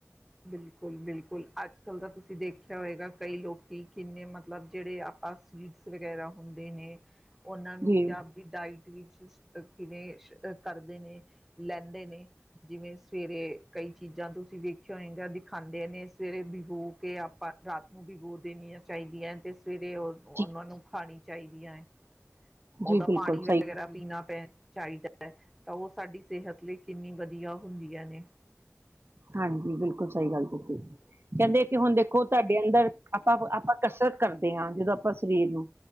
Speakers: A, in the centre; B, on the right (about 50°).
A: ਬਿਲਕੁਲ-ਬਿਲਕੁਲ। ਅੱਜ ਕੱਲ ਦਾ ਤੁਸੀਂ ਦੇਖਿਆ, ਹੋਏਗਾ ਕਈ ਲੋਕੀ, ਕਿੰਨੇ ਮਤਲਬ ਜਿਹੜੇ, ਆਪਾਂ ਸੀਡਸ ਵਗੈਰਾ ਹੁੰਦੇ ਨੇ। ਉਹਨਾਂ ਨੂੰ
B: ਜੀ,
A: ਵੀ, ਆਪਦੀ ਡਾਇਟ ਵਿੱਚ, ਕਿਵੇਂ ਕਰਦੇ ਨੇ ਲੈਂਦੇ ਨੇ, ਜਿਵੇਂ ਸਵੇਰੇ ਕਈ ਚੀਜ਼ਾਂ, ਤੁਸੀਂ ਵੇਖਿਆ ਹੋਏਗਾ, ਦਿਖਾਉਂਦੇ ਨੇ ਸਵੇਰੇ ਭਿਗੋ ਕੇ, ਆਪਾਂ ਰਾਤ ਨੂੰ ਭਿਗੋ, ਦੇਣੀਆਂ ਚਾਹੀਦੀਆਂ ਤੇ। ਸਵੇਰੇ ਉਹ ਉਹਨਾਂ
B: ਜੀ,
A: ਨੂੰ, ਖਾਣੀ ਚਾਹੀਦੀਆਂ ਹੈ। ਉਹਦਾ
B: ਜੀ ਬਿਲਕੁਲ
A: ਪਾਨੀ, ਵਗੈਰਾ
B: ਸਹੀ
A: ਪੀਨਾ ਪੈ ਚਾਹੀਦਾ ਹੈ, ਤਾਂ ਉਹ ਸਾਡੀ, ਸਿਹਤ ਲਈ ਕਿੰਨੀ ਵਧੀਆ, ਹੁੰਦੀਆਂ ਨੇ।
B: ਹਾਂਜੀ, ਬਿਲਕੁਲ ਸਹੀ ਗੱਲ ਕੀਤੀ। ਕਹਿੰਦੇ ਕਿ ਹੁਨ ਦੇਖੋ, ਤੁਹਾਡੇ ਅੰਦਰ ਆਪਾਂ। ਆਪਾਂ ਕਸਰਤ ਕਰਦੇ ਹਾਂ, ਜਦੋਂ ਆਪਾਂ, ਸਰੀਰ ਨੂੰ